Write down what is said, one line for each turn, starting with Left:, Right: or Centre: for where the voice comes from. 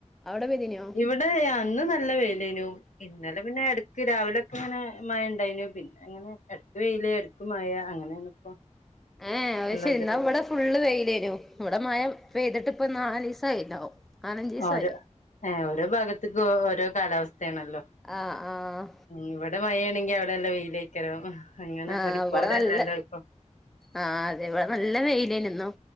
Centre: അവിടെ പെയ്തിനോ
Left: ഇവടെ ഞാ ഇന്ന് നല്ല വെയ്ലേനു ഇന്നലെ പിന്നെ എടക്ക് രാവിലെ ഒക്കെ ഇങ്ങനെ മഴ ഇണ്ടായിനു പിന്നെ ഇങ്ങനെ എടക്ക് വെയില് എടക്ക് മഴ അങ്ങനേണ് ഇപ്പോ
Centre: ഏഹ് അത്
Left: ഉള്ളത്
Centre: ശരി ഇന്നാ ഇവടെ ഫുള്ള് വെയിലേനു ഇവടെ മഴ പെയ്തിട്ട്പ്പം നാലീസായിണ്ടാവും നാലഞ്ചീസായി
Left: ഓരോ ഏഹ് ഓരോ ഭാഗത്ത്ക്കും ഒ ഓരോ കാലാവസ്ഥേണല്ലോ
Centre: അഹ് ആഹ്
Left: ഉം ഇവടെ മഴേണങ്കി അവടെ എന്താ വെയിലേക്കാരം അങ്ങനെ
Centre: ആഹ്
Left: ഒരുപോലെ
Centre: ഇവിടെ നല്ല
Left: അല്ലല്ലോ ഇപ്പം
Centre: ആഹ് അതെ ഇവടെ നല്ല വെയിലേന് ഇന്നും